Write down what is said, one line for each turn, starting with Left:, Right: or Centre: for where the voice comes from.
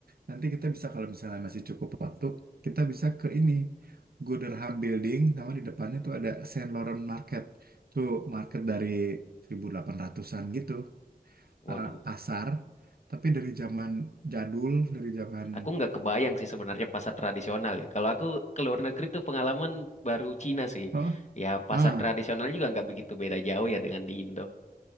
Right: nanti kita bisa kalau misalnya masih cukup waktu, kita bisa ke ini Gooderham Building sama di depannya tuh ada Saint Laurent Market. Tuh market dari 1800-an gitu,
Left: Waduh.
Right: eh, pasar tapi dari zaman jadul, dari zaman
Left: Aku nggak kebayang sih sebenarnya pasar tradisional ya. Kalau aku ke luar negeri tuh pengalaman baru Cina sih.
Right: Oh,
Left: Ya pasar
Right: ah,
Left: tradisional juga nggak begitu beda jauh ya dengan di Indo.